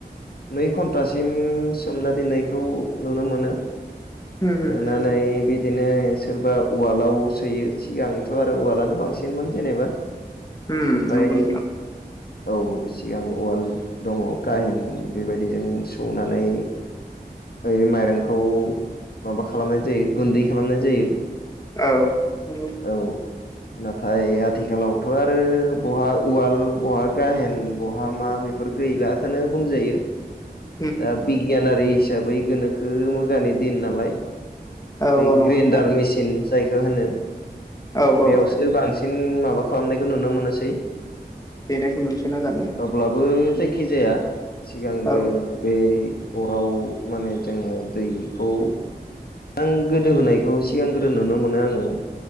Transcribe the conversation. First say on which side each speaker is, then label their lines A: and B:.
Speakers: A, on the left; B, on the left.
A: नै घन्टासिम सोमना दोननायखौ नुनो मोनो।
B: होम होम
A: नुनानै बिदिनो सोरबा उवालाव सोयो सिगांथ' आरो उवालानो बांसिनमोन जेनेबा
B: होम
A: ओमफ्राय
B: नंगौ नोंथां
A: औ सिगां उवाल दङ गाहेन बे बायदिजों सौनानै ओ माइरंखौ माबा खालामनाय जायो। गुन्दै खालामनाय जायो।
B: औ नंगौ।
A: औ। नाथाय आथिखालावथ' आरो बहा उवाल, बहा गाहेन, बहा मा बे फोर गैलाखौनो बुंजायो।
B: <inaudible>
A: दा बिगियानारि हिसाबै गोनोखो मोजानि दिन नालाय।
B: औ
A: बै
B: औ नंगौ
A: ग्रेन्डार
B: नोंथां
A: मेसिन जायखौ होनो।
B: औ
A: बेयावसो
B: औ
A: बांसिन माबा खालामनायखौ नुनो मोनोसै।
B: देनायखौ नुनोसै ना दाना
A: अब्लाबो जायखि जाया सिगांग्रो
B: औ
A: बे अराव माने जोङो दैखौ आं गोदो होनायखौ सिगां गोदो नुनो मोनो आङो